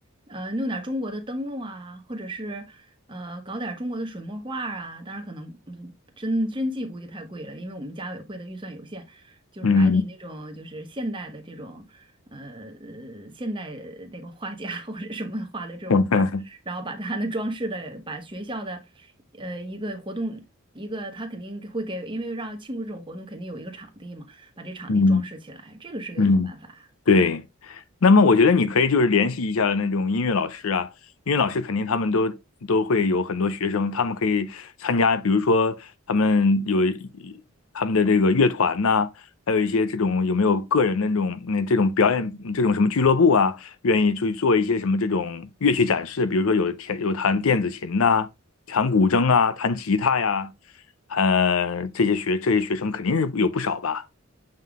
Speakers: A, on the right; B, on the left.
A: 呃，弄点儿中国的灯笼啊，或者是呃，搞点儿中国的水墨画儿啊。当然，可能嗯，真真迹估计太贵了，因为我们家委会的预算有限，就是买点那种就是现代的这种，
B: 嗯
A: 呃，呃现代那个画家 <laughs> 或者什么画的这种画儿然后把它的装饰的，
B: <laughs>
A: 把学校的，呃，一个活动，一个他肯定会给，因为让庆祝这种活动，肯定有一个场地嘛。把这场地装饰起来，
B: 嗯
A: 这个是一个好办法啊。
B: 嗯。对，那么我觉得你可以就是联系一下那种音乐老师啊，音乐老师肯定他们都都会有很多学生，他们可以参加，比如说他们有他们的这个乐团呐、还有一些这种有没有个人的那种那这种表演这种什么俱乐部啊，愿意去做一些什么这种乐器展示，比如说有弹有弹电子琴呐、弹古筝啊、弹吉他呀，呃，这些学这些学生肯定是有不少吧。